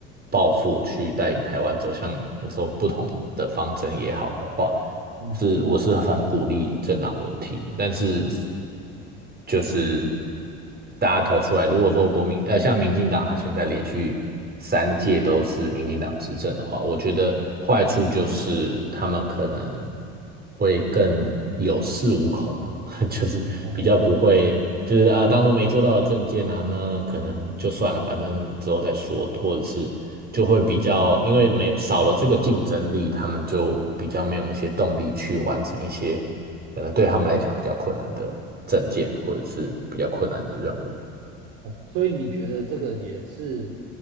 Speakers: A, on the right (about 30°); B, on the right (about 65°).
A: 抱负去带领台湾走向你说不同的方针也好的话，
B: 嗯，
A: 是我是很鼓励政党轮替的，但是就是大家投出来，如果说国民呃像民进党，啊，现在连续三届都是民进党执政的话，我觉得坏处就是他们可能会更有恃无恐嘛。<laughs> 就是比较不会，
B: 哦。
A: 就是啊，当初没做到的证件啊，那可能就算了，反正之后再说，或者是就会比较，因为没有少了这个竞争力，他们就比较没有那些动力去完成一些可能对他们来讲比较困难的证件，或者是比较困难的任务。
B: 所以你觉得这个也是